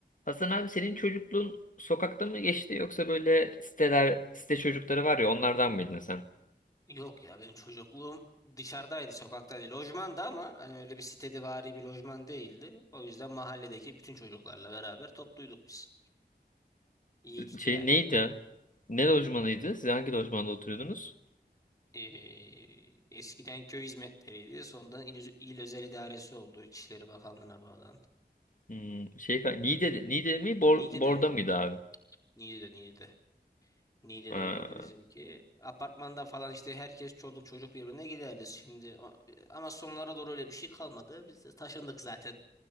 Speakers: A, on the left; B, on the left.
A: Hasan abi senin çocukluğun sokakta mı geçti yoksa böyle siteler, site çocukları var ya onlardan mıydın sen?
B: Yok ya benim çocukluğum dışarıdaydı, sokaktaydı. Lojmanda ama hani öyle bir sitedevari bir lojman değildi. O yüzden mahalledeki bütün çocuklarla beraber topluyduk biz. İyiydik
A: Şey
B: yani.
A: neydi? Ne lojmanıydı? Siz hangi lojmanda oturuyordunuz?
B: Ee, eskiden köy hizmetleriydi. Sonradan il, il özel idaresi oldu. İçişleri Bakanlığı'na bağlandı.
A: Hmm, şey, Niğde, Niğde mi? Bor,
B: Niğde'den,
A: Bor'da mıydı abi?
B: Niğde'de, Niğde. Niğde'deydi
A: Ha.
B: bizimki. Apartmanda falan işte herkes çoluk çocuk birbirine giderdi şimdi. O- Ama sonlara doğru öyle bir şey kalmadı. Biz de taşındık zaten.